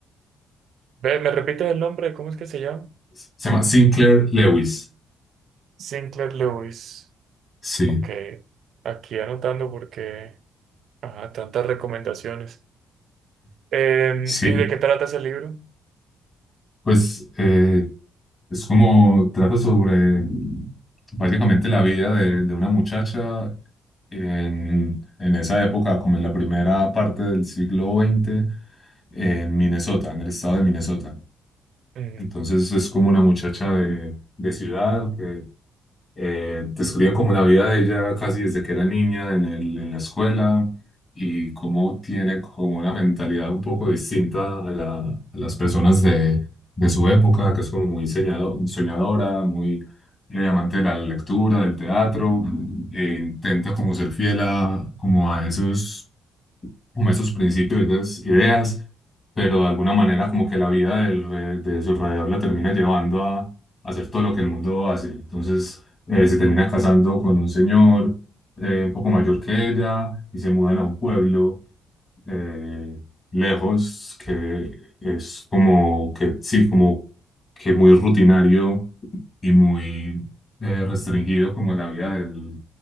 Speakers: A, on the right; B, on the left.
A: Ve, ¿me repites el nombre? ¿Cómo es que se llama?
B: Se llama Sinclair Lewis.
A: Sinclair Lewis.
B: Sí,
A: Ok, aquí anotando porque, ajá, tantas recomendaciones. Em,
B: sí.
A: ¿y de qué trata ese libro?
B: Pues eh, es como trata sobre básicamente la vida de, de una muchacha en, en esa época, como en la primera parte del siglo veinte en Minnesota, en el estado de Minnesota.
A: Mm,
B: Entonces es como una muchacha de, de ciudad que eh, describen como la vida de ella casi desde que era niña en el, en la escuela y cómo tiene como una mentalidad un poco distinta a, la- a las personas de, de su época, que es como muy soñado- soñadora, muy eh, amante de la lectura, del teatro, eh, intenta como ser fiel a, como a esos como esos principios, esas ideas, pero de alguna manera como que la vida del re- de su alrededor la termina llevando a, a hacer todo lo que el mundo hace. Entonces eh,
A: mm,
B: se termina casando con un señor eh, un poco mayor que ella y se mudan a un pueblo eh, lejos que es como que sí, como que muy rutinario y muy eh, restringido como la vida del,